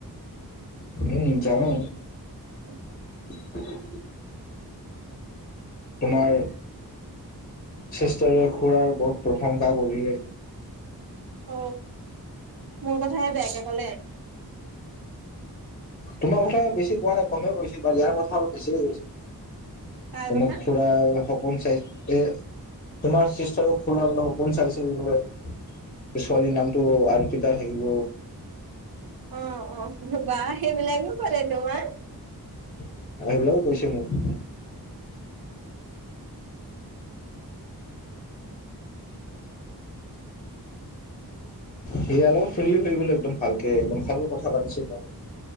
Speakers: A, on the left; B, on the right.
A: উম, জানো।
B: <inaudible>
A: <inaudible> তোমাৰ, চিষ্টাৰে খুৰাৰ বহুত প্ৰশংসা কৰিলে।
B: অ', মোৰ কথাহে বেয়াকে কলে।
A: তোমাৰ কথা বেছি কোৱা নাই, কমেই কৈছিল বাৰু ইয়াৰ কথা অলপ বেছিকে কৈছিল।
B: কাৰ
A: তোমাক
B: কথা
A: খুৰা সপোন চাই এ তোমাৰ চিষ্টাৰো ফোনাবলৈ সপোন চাইছিল বোলে, ছোৱালীৰ নামটো আংকিতা থাকিব।
B: অ অ বাহ সেইবিলাকো ক'লে তোমাক।
A: আৰু সেইবিলাকো কৈছে মোক। সেয়া অলপত ফ্ৰ্ৰী হৈ গ' একদম ভালকে একদম ভালকে কথা পাতিছে।